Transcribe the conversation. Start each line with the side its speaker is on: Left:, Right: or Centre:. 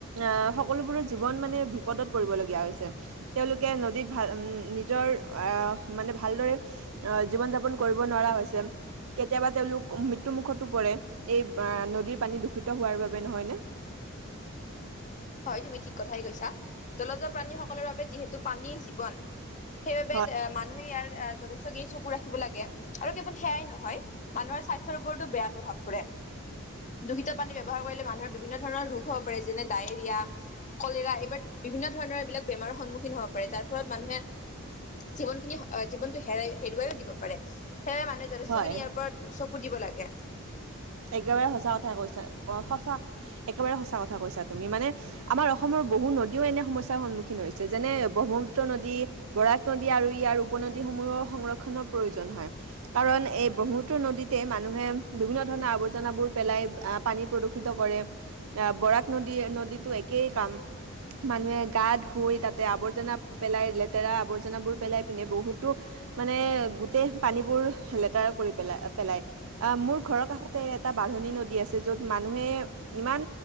Right: আহ সকলোবোৰৰ জীৱন মানে বিপদত পৰিবলগীয়া হৈছে তেওঁলোকে নদীত ভাল উ নিজৰ আহ মানে ভালদৰে আহ জীৱন যাপন কৰিব নোৱাৰা হৈছে কেতিয়াবা তেওঁলোক ম মৃত্যু মুখতো পৰে এই নদীৰ পানী দূষিত হোৱাৰ বাবে নহয় নে?
Left: হয় তুমি ঠিক কথাই কৈছা জলজ প্ৰাণীসকলৰ বাবে যিহেতু পানী জীৱন সেইবাবে
Right: হয়
Left: মানুহে ইয়াৰ যথেষ্ট খিনি চকু ৰাখিব লাগে আৰু কেৱল সেয়াই নহয় মানুহৰ স্বাস্থ্যৰ ওপৰতো বেয়া প্ৰভাৱ পৰে দূষিত পানী ব্যৱহাৰ কৰিলে মানুহৰ বিভিন্ন ধৰণৰ ৰোগ হব পাৰে যেনে দাই। ডায়েৰিয়া, কলেৰা এইবাৰ বিভিন্ন ধৰণৰ এইবিলাক বেমাৰৰ সন্মুখীন হব পাৰে যাৰ ফলত মানুহে জীৱন খিনি অ জীৱনটো হে হেৰুৱাইও দিব পাৰে। সেয়ে মানুহে যথেষ্টখিনি
Right: হয়
Left: ইয়াৰপৰা উ চব সুধিব লাগে
Right: একেবাৰে সঁচা কথা কৈছা সঁচা একেবাৰে সঁচা কথা কৈছা তুমি মানে আমাৰ অসমৰ বহু নদীও এনে সমস্যাৰ সন্মুখীন হৈছে যেনে ব্ৰহ্মপুত্ৰ নদী বৰাক নদী আৰু ইয়াৰ উপনদীসমূহৰ সংৰক্ষনৰৰ প্ৰয়োজন হয় কাৰণ এই ব্ৰহ্মপুত্ৰ নদীতে মানুহে বিভিন্ন ধৰণৰ আৱৰ্জনাবোৰ পেলাই আহ পানী প্ৰদূষিত কৰে আহ বৰাক নদী নদীতো একেই কাম মানুহে গা ধুই তাতে আৱৰ্জনা পেলাই লেতেৰা আৱৰ্জনাবোৰ পেলাই পিনে বহুতো মানে গোটেই পানীবোৰ লেতেৰা কৰি পেলাই পেলাই আহ মোৰ ঘৰৰ কাষতে এটা বাঢ়নী নদী আছে য'ত মানুহে ইমান